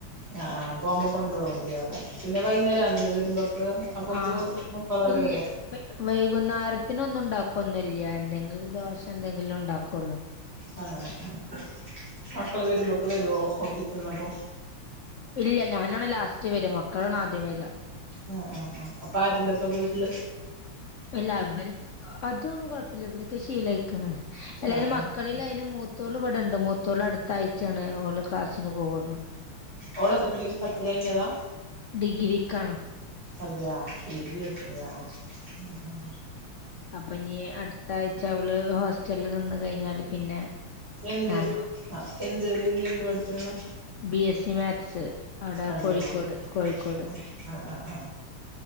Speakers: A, on the right; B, on the left.
A: ആ ആ പോകുമ്പോ കൊണ്ടോകും ചെയ്യാലെ പിന്നെ വൈകുന്നേരം ആവില്ലെ വരുമ്പോക്ക് അപ്പൊക്ക്
B: ആഹ് അപ്പ
A: മക്കളല്ല
B: ഇല്ല്യ
A: വരോ
B: വൈ വൈകുന്നേരത്തിന് ഒന്നും ഉണ്ടാക്കോന്നുല്ല്യാ എന്തെങ്കിലും ദോശേ എന്തെങ്കിലും ഉണ്ടാക്കുള്ളൂ
A: ആ ആ മക്കള് വരുമ്പോക്ക്‌ വരുവോ ഓഫീസിന്നപ്പോ
B: ഇല്ല ഞാനാണ് ലാസ്റ്റ് വര മക്കളാണ് ആദ്യം വര
A: ആ ആ ആ അപ്പൊ ആര്ണ്ട് പ്പൊ വീട്ട്ല്
B: അല്ല അവര് അതൊന്നും കൊഴപ്പല്ല്യ വരിക്ക് ശീലായ്ക്കണ് അല്ലാ
A: ആ
B: അയ്‌ന് മക്കള്
A: ആ
B: മക്കളില് അയ്ന് മൂത്തോള് വടണ്ട് മൂത്തോള് അടുത്ത ആഴ്ചയാണ് ഓള് ക്ലാസ്സിന് പോവുള്ളു
A: ഓള് എത്രയിലാ പത്ത് കഴിഞ്ഞതാ
B: ഡിഗ്രിക്ക് ആണ്
A: അതയാ ഡിഗ്രി എട്ത്തിനാ ആ ആ
B: അപ്പൊഞ്ഞി അട്ത്ത ആഴ്ച അവള് ഹോസ്റ്റല്ല് നിന്ന് കഴിഞ്ഞാല് പിന്നെ
A: എന്ത്
B: ഞാനോ
A: ആ എന്ത് ഡിഗ്രി എന്ത് പഠിച്ചണന്ന
B: ബി എസ് സി മാത്സ് അവ്ടെ
A: അതെയാ
B: കോഴിക്കോട് കോഴിക്കോട്
A: ആ ആ ആ ആ